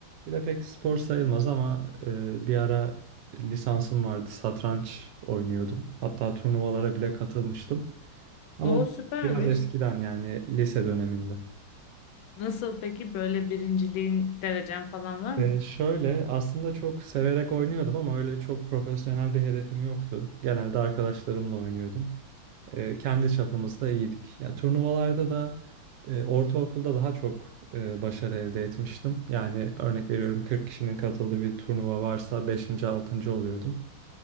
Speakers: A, on the right; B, on the left.
A: Bir de pek spor sayılmaz ama e, bir ara lisansım vardı. Satranç oynuyordum. Hatta turnuvalara bile katılmıştım. Ama
B: O
A: bu
B: süpermiş.
A: biraz eskiden yani lise döneminde.
B: Nasıl peki böyle birinciliğin derecen falan var
A: E,
B: mı?
A: şöyle aslında çok severek oynuyordum ama öyle çok profesyonel bir hedefim yoktu. Genelde arkadaşlarımla oynuyordum. e, kendi çapımızda iyiydik. Ya turnuvalarda da e, ortaokulda daha çok e, başarı elde etmiştim. Yani örnek veriyorum 40 kişinin katıldığı bir turnuva varsa beşinci, 6. oluyordum.